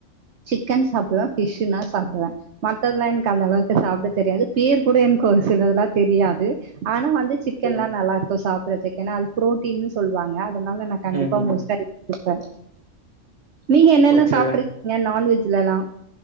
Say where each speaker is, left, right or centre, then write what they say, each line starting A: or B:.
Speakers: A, on the right; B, on the right.
A: சிக்கன் சாப்டுவே ஃபிஷூனா சாப்டுவே மத்ததெல்லா எனக்கு அந்த அளவுக்கு சாப்பிட தெரியாது பேர் கூட எனக்கு ஒரு சிலதுல்லா தெரியாது ஆனா வந்து சிக்கன்ல்லா
B: ஓகே
A: நல்ல இருக்கு சாப்புட்றதுக்கு ஏன்னா அது ப்ரோட்டீன்னு சொல்லுவாங்க அதனால நா கண்டிப்பா
B: ம்ஹூம்
A: மோஸ்ட்டா எப்போ நீங்க என்னென்ன
B: ஓகே
A: சாப்பிட்ருக்கீங்க நான்வெஜ்லெலா